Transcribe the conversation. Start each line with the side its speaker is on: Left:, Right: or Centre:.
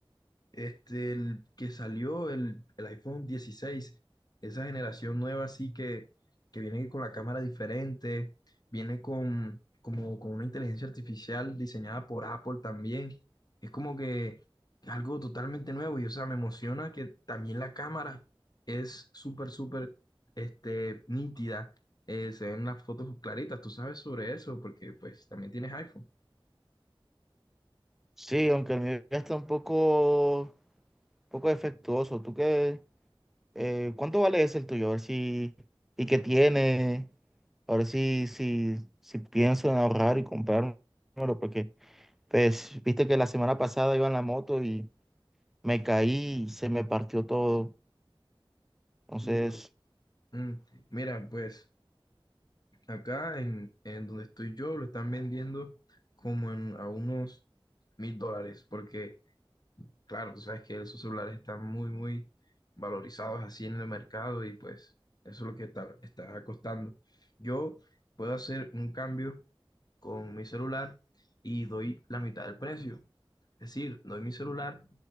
Left: Este, el que salió el, el iPhone dieciséis esa generación nueva así que, que viene con la cámara diferente, viene con, como, con una inteligencia artificial diseñada por Apple también. Es como que algo totalmente nuevo y o sea, me emociona que también la cámara es súper, súper este, nítida. Eh, se ven las fotos claritas, tú sabes sobre eso porque pues también tienes iPhone.
Centre: Sí, aunque el mío ya está un poco, un poco defectuoso. ¿Tú qué? Eh, ¿cuánto vale ese el tuyo? A ver si, y qué tiene. A ver si, si, si pienso en ahorrar y comprármelo, porque pues viste que la semana pasada iba en la moto y me caí y se me partió todo. Entonces,
Left: Y yo, Mm, Mira, pues Acá en, en donde estoy yo lo están vendiendo como en, a unos mil dólares, porque claro, tú sabes que esos celulares están muy, muy valorizados así en el mercado y pues eso es lo que está, está costando. Yo puedo hacer un cambio con mi celular y doy la mitad del precio. Es decir, doy mi celular,